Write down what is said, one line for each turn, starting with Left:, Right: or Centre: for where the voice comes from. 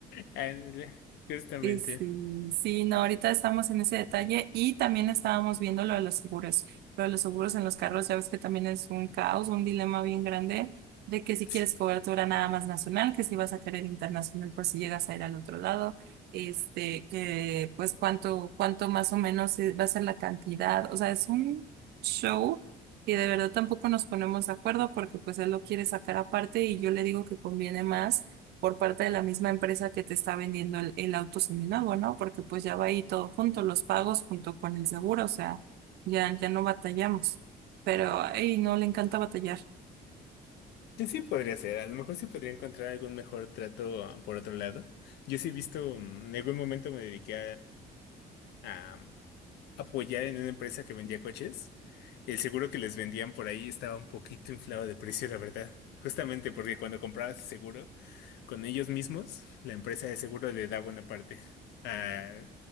Left: Ándale, Justamente,
Right: Sí, sí, sí, no, ahorita estamos en ese detalle y también estábamos viendo lo de los seguros. Lo de los seguros en los carros, ya ves que también es un caos, un dilema bien grande de que si
Left: sí.
Right: quieres cobertura nada más nacional, que si vas a querer internacional por si llegas a ir al otro lado, este, que pues cuánto, cuánto más o menos es- va a ser la cantidad. O sea, es un show y de verdad tampoco nos ponemos de acuerdo porque pues él lo quiere sacar aparte y yo le digo que conviene más por parte de la misma empresa que te está vendiendo el, el auto seminuevo, ¿no? Porque pues ya va ahí todo junto, los pagos junto con el seguro, o sea, ya, ya no batallamos. Pero, ay, no, le encanta batallar.
Left: Sí, sí podría ser, a lo mejor sí podría encontrar algún mejor trato ah, por otro lado. Yo sí he visto, mm, en algún momento me dediqué a, apoyar en una empresa que vendía coches. El seguro que les vendían por ahí estaba un poquito inflado de precio, la verdad. Justamente porque cuando comprabas el seguro con ellos mismos, la empresa de seguro le daba una parte a,